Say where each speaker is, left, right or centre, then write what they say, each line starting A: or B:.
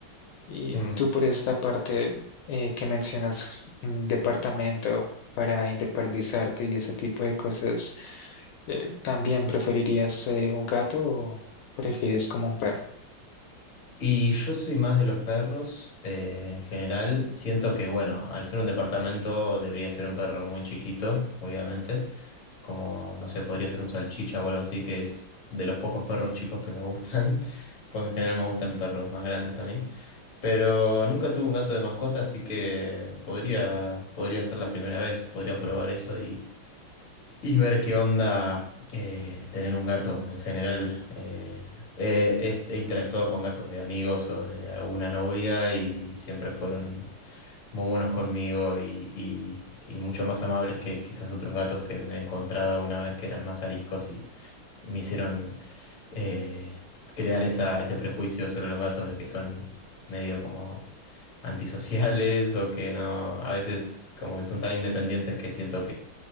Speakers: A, on the left; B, on the left.
A: Y
B: Mm.
A: tú por esta parte eh, que mencionas un departamento para independizarte y ese tipo de cosas, eh, ¿también preferirías eh, un gato o prefieres como un perro?
B: Y yo soy más de los perros, eh, en general. Siento que, bueno, al ser un departamento debería ser un perro muy chiquito, obviamente. Como, no sé, podría ser un salchicha o algo así, que es de los pocos perros chicos que me gustan. <laughs> Porque en general me gustan perros más grandes a mí. Pero nunca tuve un gato de mascota, así que podría, podría ser la primera vez. Podría probar eso y y ver qué onda eh, tener un gato en general. eh, eh, he he interactuado con gatos de amigos o de alguna novia y siempre fueron muy buenos conmigo y, y- y mucho más amables que quizás otros gatos que me he encontrado alguna vez que eran más ariscos y, y me hicieron eh, crear esa, ese prejuicio sobre los gatos de que son medio como antisociales o que no, a veces como que son tan independientes que siento